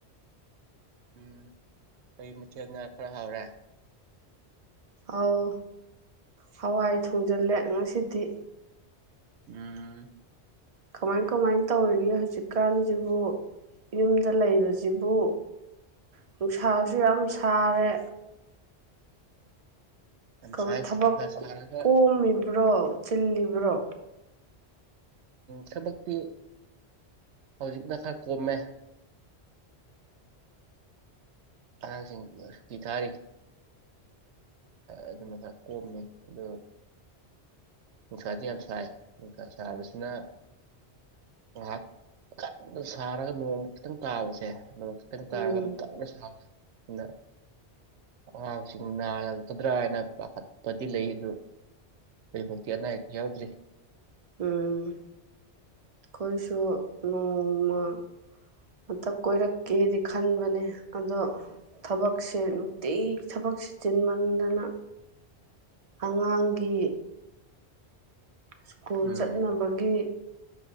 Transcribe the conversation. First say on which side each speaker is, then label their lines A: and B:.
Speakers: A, on the right (about 85°); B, on the right (about 40°).
A: ꯎꯝ ꯀꯩ ꯃꯊꯦꯜꯅ ꯈꯔ ꯍꯥꯎꯔꯦ
B: ꯑꯥꯎ ꯍꯋꯥꯏ ꯊꯣꯡꯖꯤꯜꯂꯦ ꯉꯁꯤꯗꯤ
A: ꯑꯝ
B: ꯀꯃꯥꯏ ꯀꯃꯥꯏ ꯇꯧꯔꯤꯒꯦ ꯍꯧꯖꯤꯛꯀꯥꯟꯁꯤꯕꯨ ꯌꯨꯝꯗ ꯂꯩꯕꯁꯤꯕꯨ ꯅꯨꯡꯁꯥꯁꯨ ꯌꯥꯝ ꯁꯥꯔꯦ
A: ꯉꯁꯥꯏ
B: ꯀꯃ ꯊꯕ
A: ꯅꯨꯡꯁꯥ ꯁꯥꯔꯒ
B: ꯀꯣꯃꯤ ꯕ꯭ꯔꯣ ꯆꯤꯜꯂꯤꯕ꯭ꯔꯣ
A: ꯊꯕꯛꯇꯤ ꯍꯧꯖꯤꯛꯅ ꯈꯔ ꯀꯣꯝꯃꯦ ꯑ ꯒꯤ ꯊꯥꯔꯤ ꯑꯗꯨꯅ ꯈꯥꯛ ꯀꯣꯝꯃꯤ ꯑꯗꯨ ꯅꯨꯡꯁꯥꯗꯤ ꯌꯥꯝ ꯁꯥꯏ ꯅꯨꯡꯁꯥ ꯁꯥꯕꯁꯤꯅ ꯉꯥꯏꯍꯥꯛ ꯀꯟꯅ ꯁꯥꯔꯒ ꯅꯣꯡꯃ ꯈꯤꯇꯪ ꯇꯥꯕꯁꯦ ꯅꯣꯡꯃ ꯈꯤꯇꯪ ꯇꯥꯔꯒ
B: ꯎꯝ
A: ꯑꯃꯨꯛ ꯀꯟꯅ ꯁꯥꯕꯁꯦ ꯑꯗꯨꯅ ꯑꯉꯥꯡꯁꯤꯡ ꯅꯥꯜꯂꯒ ꯐꯀꯗ꯭ꯔꯥ ꯍꯥꯏꯅ ꯄꯥꯈꯠꯄꯗꯤ ꯂꯩ ꯑꯗꯨ ꯍꯧꯐꯥꯎꯇꯤ ꯑꯅꯥ ꯑꯌꯦꯛ ꯌꯥꯎꯗ꯭ꯔꯤ
B: ꯎꯝ ꯑꯩꯈꯣꯏꯁꯨ ꯅꯣꯡꯃ ꯑꯃꯇ ꯀꯣꯏꯔꯛꯀꯦꯗꯤ ꯈꯟꯕꯅꯦ ꯑꯗꯣ ꯊꯕꯛꯁꯦ ꯅꯨꯡꯇꯤ ꯊꯕꯛꯁꯦ ꯆꯤꯟꯃꯟꯗꯅ ꯑꯉꯥꯡꯒꯤ ꯁ꯭ꯀꯨꯜ
A: ꯎꯝ
B: ꯆꯠꯅꯕꯒꯤ